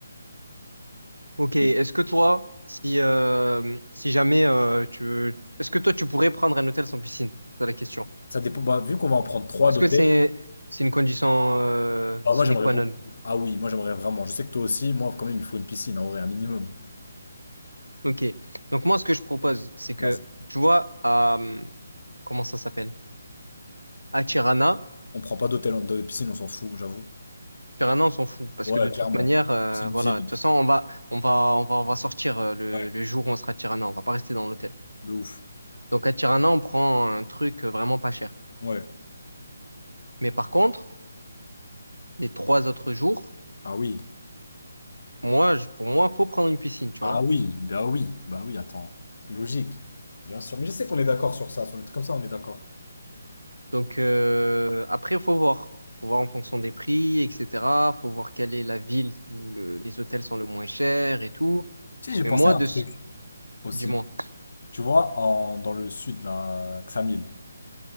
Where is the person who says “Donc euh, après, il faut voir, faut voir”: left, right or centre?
Right